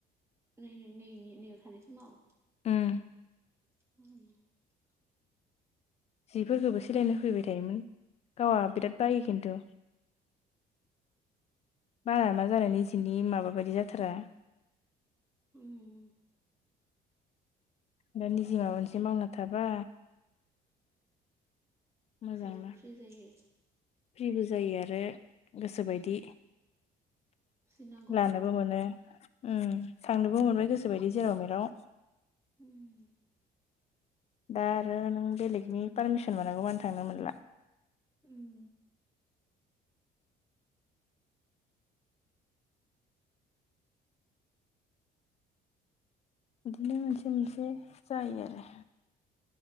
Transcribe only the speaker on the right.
नै‌ नै नै नैयाव थानाय समाव?
<inaudible>
उम
एसेबाबो फ्रि जायो।
जि नांगौ
माबानो हाजोबो
उम
उम